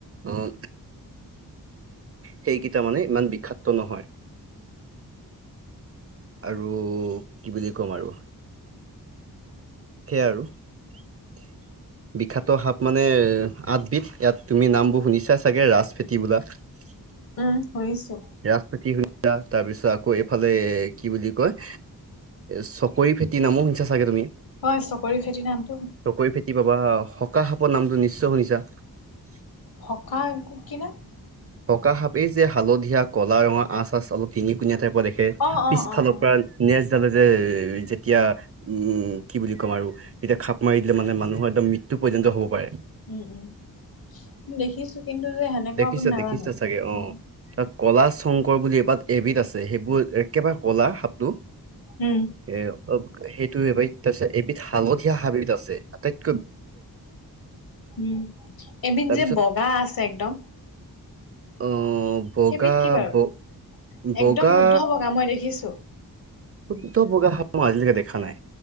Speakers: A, on the right; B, on the left.
A: উম সেইকেইটা মানে ইমান বিষাক্ত নহয়। আৰু কি বুলি ক'ম আৰু সে আৰু <unintelligible> বিষাক্ত সাপ মানে আঠবিধ ইয়াত তুমি নামবোৰ শুনিছা চাগে ৰাজফেঁটি বোলা <unintelligible>
B: উম শুনিছো
A: ৰাজফেঁটি শুনিছা তাৰ পিছত আকৌ এইফালে কি বুলি কয় চকৰি ফেটি নামো শুনিছা চাগে তুমি
B: হয় চকৰি ফেতিৰ নাম
A: চকৰি ফেটি পাবা সখাহ সাপৰ নামটো নিশ্চয় শুনিছা
B: সকাৰ কো কি নাম
A: সখা সাপেই যে হালধীয়া কলা ৰঙা আচ আচ অলপ তিনি কোনীয়া টাইপৰ দেখে
B: অ', অ',
A: পিছফালৰ
B: অ', অ'।
A: পৰা নেজডালে যে যেতিয়া উম কি বুলি কম আৰু তেতিয়া খাপ মাৰি দিলে মানে মানুহৰ একম মৃত্যু পৰ্যন্ত হ'ব পাৰে।
B: উম উম দেখিছো কিন্তু যে সেনেকুৱা
A: দেখিছা
B: কোন নাজানো
A: দেখিছা চাগে অ
B: উ
A: তাত কলা শংকৰ বুলি এবাত এবিধ আছে সেইবোৰ একেবাৰে কলা সাপটো
B: উম
A: এ অ সেইটোৱে বাই তাৰপিছত এবিধ হালধীয়া সাবিধ আছে আটাইত
B: উম এবিধ
A: তাৰপিছত
B: যে বগা আছে একদম
A: অ বগা
B: সেইবিধ কি বাৰু?
A: ব বগা
B: একদম শুদ্ধ বগা মই দেখিছোঁ
A: শুদ্ধ বগা সাপ মই আজিলৈকে দেখা নাই।